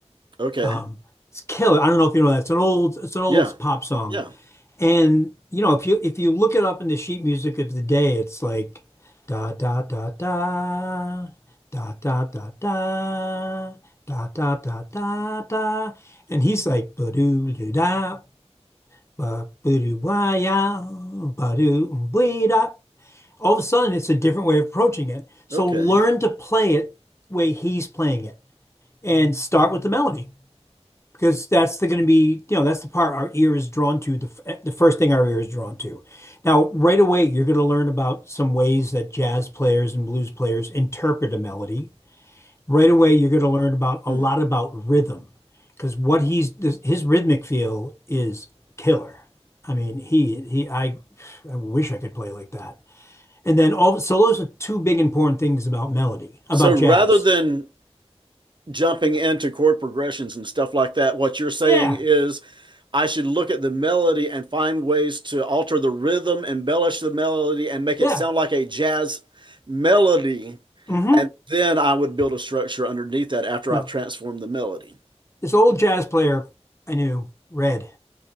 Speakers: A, on the right; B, on the left.
A: Okay.
B: Um, it's killer. I don't know if you know that. It's an old, it's an old
A: Yeah.
B: pop song.
A: Yeah.
B: And you know, if you if you look it up in the sheet music of the day, it's like da da da da da da da da da da da da da. And he's like ba doo da ba ba doo wah ya ba doo da all of a sudden it's a different way of approaching it. So
A: Okay.
B: learn to play it the way he's playing it and start with the melody because that's going to be, you know, that's the part our ear is drawn to, the, the first thing our ear is drawn to. Now, right away, you're going to learn about some ways that jazz players and blues players interpret a melody. Right away, you're going to learn about a
A: Hmm.
B: lot about rhythm because what he's, his rhythmic feel is killer. I mean, he, he, I, I wish I could play like that. And then all so those are two big important things about melody, about
A: So rather
B: jazz.
A: than jumping into chord progressions and stuff like that, what you're saying
B: Yeah,
A: is I should look at the melody and find ways to alter the rhythm, embellish the melody, and make
B: yeah.
A: it sound like a jazz melody.
B: Mm-hmm.
A: And then I would build a structure underneath that after
B: Yeah.
A: I've transformed the melody.
B: This old jazz player I knew, Red.